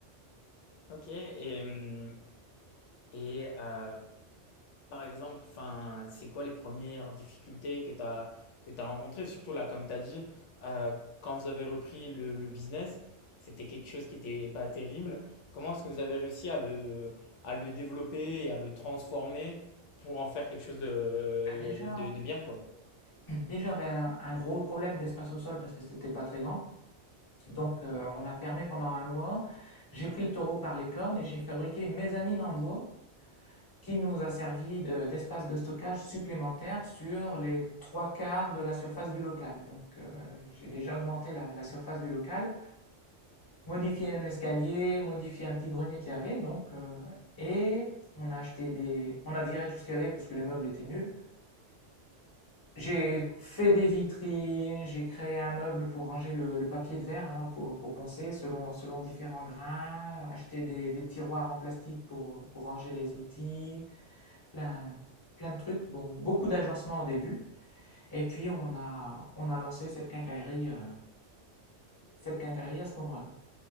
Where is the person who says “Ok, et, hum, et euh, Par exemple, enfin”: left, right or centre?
Left